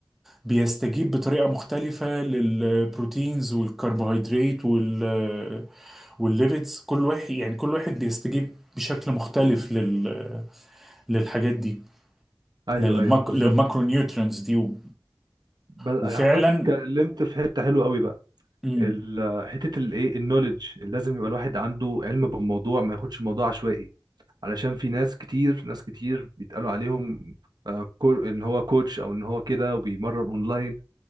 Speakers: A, in the centre; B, on the right (about 65°).
A: بيستجيب بطريقة مختلفة للبروتينز والكربوهيدرات وال والليبيدز كل واحد يعني كل واحد بيستجيب بشكل مختلف لل للحاجات دي
B: ايوه
A: للمك...
B: ايوه بالظبط
A: للماكرو نيوترينز دي و...
B: ب-
A: وفعلا
B: حضرتك اتكلمت في حته حلوه قوي بقى
A: مم.
B: ال- حته الايه النوليدج لازم يبقى الواحد عنده علم بالموضوع ما ياخدش الموضوع عشوائي علشان في ناس كتير ناس كتير بيتقالوا عليهم آه، كو- ان هو كوتش او ان هو كده وبيمرن اونلاين